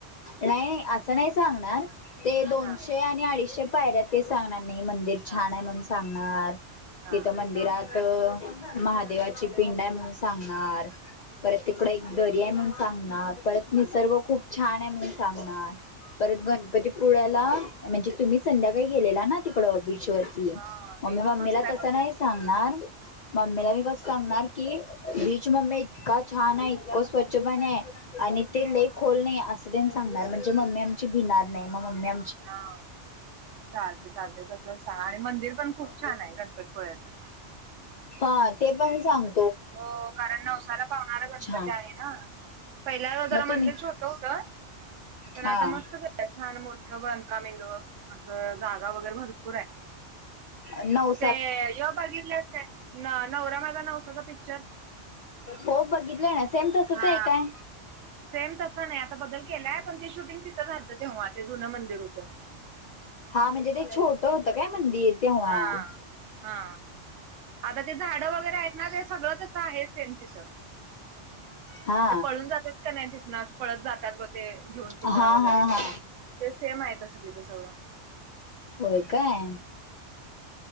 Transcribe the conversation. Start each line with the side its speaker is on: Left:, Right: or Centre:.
Left: नाई नाई... असं नाही सांगणार. ते दोनशे
Right: हा
Left: आणि अडीचशे पायऱ्यात ते सांगणार नाई... मंदिर
Right: हा
Left: छान ए म्हणून सांगणार,
Right: हा
Left: तिथं मंदिरात त... महादेवाची पिंड ए म्हणून सांगणार परत तिकडं एक दरी ए म्हणून सांगनार, परत निसर्ग खूप छान नाय म्हणून सांगणार, परत गणपती पुळ्या ला म्हणजे... तुम्ही संध्याकाळी गेलेला ना, तिकडं बीचवर
Right: हा
Left: मग,
Right: बीच
Left: मी मम्मीला
Right: मस्त आहे
Left: तसं
Right: बघण्यासारखं
Left: नाही सांगणार मम्मीला मी कस सांगणार, की बीच.... मम्ये, इतका छान आहे, इतकं स्वच्छ पानी हाये आणि ते लय खोल नई असं तेन सांगणार, म्हणजे मम्मी आमची भिणार नाही. मग मम्मी
Right: हा चालते चालते तसंच सांग आणि मंदिर पण खूप
Left: <unintelligible> <inaudible>
Right: छान ये गणपती गोव्याचा
Left: हा... ते पण सांग
Right: हो, कारण नवसाला पावणारा गणपती
Left: छान
Right: आहे ना... पहिल्यांदा,
Left: मग
Right: जरा
Left: तुम्ही
Right: मंदिर छोटं होतं पण
Left: हा
Right: आता मस्त केलंय... छान मोठं... बांधकाम एकदम, असं जागा वगैरे भरपूर ए
Left: नऊ
Right: ते... ह्यो बघितलंस काय नवरा माझा नवसाचा पिच्चर
Left: हो... बघितलंय ना... सेम तसंच
Right: हा
Left: ए काय?
Right: सेम तसं नाई... आता बदल केलाय, पण ते शूटिंग तिथं झालतं तेव्हा ते जुनं मंदिर होतं
Left: हा... म्हणजे, ते छोटं होतं काय मंदिर? तेव्हा
Right: हा
Left: <inaudible>
Right: हा आता ते झाडं वगैरे आहेत ना ते सगळं तसं आहे सेम तिथं
Left: हा.
Right: ते पळून जातात का नाही तिथनं असं पळत जातात बघ ते घेऊन पुतळा
Left: हां...
Right: वगैरे
Left: हां... हा.
Right: ते सेम हाय, तसं तिथं सगळं
Left: होय काय?